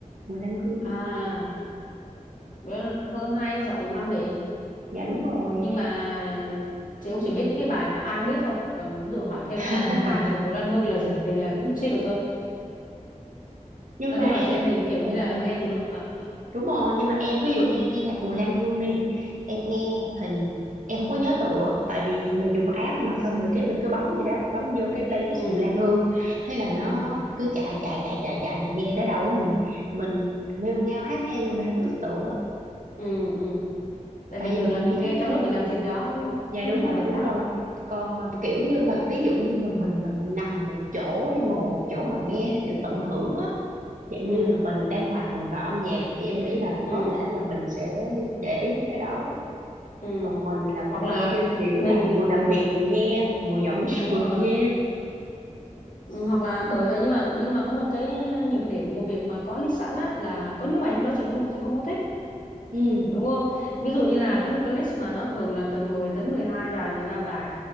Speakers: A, on the right (about 75°); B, on the left (about 80°).
A: Bùi Lan Hương
B: à bữa Hương hay giọng ma mị
A: dạ đúng rồi
B: nhưng mà chị cũng chỉ biết những cái bài mà ai cũng biết thôi còn ví dụ hỏi thêm
A: <laughs>
B: tới bài thứ hai của Bùi Lan Hương là gì thì là cũng chịu thôi
A: nhưng
B: nói
A: mà
B: chung
A: em
B: là chị em mình kiểu
A: ồ
B: như là nghe tùm lum mà
A: đúng rồi nhưng mà em ví dụ như em nghe nhạc Bùi Lan Hương đi em nghe thì em không có nhớ tựa tại vì mình dùng app mà xong rồi cái mình cứ bấm vậy đó bấm vô cái playlist
B: ừ
A: Bùi Lan Hương thế là nó
B: ừ
A: cứ chạy chạy chạy chạy chạy mình nghe tới đâu ấy mình mình nghêu ngao hát theo mà mình không có biết tựa
B: ừ ừ tại
A: tại
B: vì
A: vì
B: thường
A: mình
B: là mình
A: chỉ
B: nghe
A: thích
B: trong
A: thôi
B: lúc mình làm gì đó đúng không
A: dạ
B: lúc
A: đúng
B: mình làm
A: rồi
B: việc
A: đúng
B: khác
A: rồi còn mà kiểu như mà ví dụ như mà mình mình nằm một chỗ hay ngồi một chỗ mà nghe theo kiểu tận hưởng á dạng
B: ừ
A: như là mình đang hòa mình vào âm nhạc thì em nghĩ là
B: ừ
A: có thể là mình sẽ để ý mấy cái đó
B: ừ
A: còn mình là mình
B: hoặc là
A: nghe theo kiểu
B: mình
A: là vừa làm việc vừa nghe hoặc vừa dọn nhà
B: đúng
A: <laughs> vừa
B: rồi
A: nghe
B: Ừ, hoặc là bởi vậy nhưng mà nhưng mà có một cái nhược điểm của việc mà có list sẵn á là có những bài trong đó chị không chị không có thích
A: ừ
B: đúng không ví dụ như là có một cái list mà nó thường là từ 10 tới 12 bài 13 bài